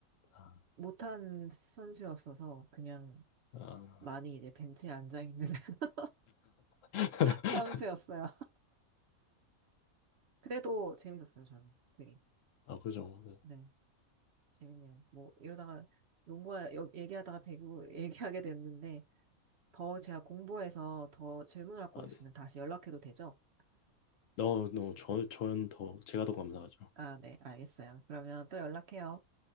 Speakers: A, on the left (about 70°); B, on the right (about 60°).
A: 아,
B: 못한 선수였어서 그냥
A: 아,
B: 많이 이제 벤치에 앉아있는 <laughs>
A: <laughs>
B: 선수였어요. 그래도 재밌었어요, 저는. 되게.
A: 아, 그죠. 네.
B: 네. 재밌네요. 뭐 이러다가 농구와 여- 얘기하다가 배구 <laughs> 얘기하게 됐는데 더 제가 공부해서 더 질문할 거
A: 아,
B: 있으면
A: 네.
B: 다시 연락해도 되죠?
A: 너무, 너무, 저, 저는 더, 제가 더 감사하죠.
B: 아, 네, 알겠어요. 그러면 또 연락해요.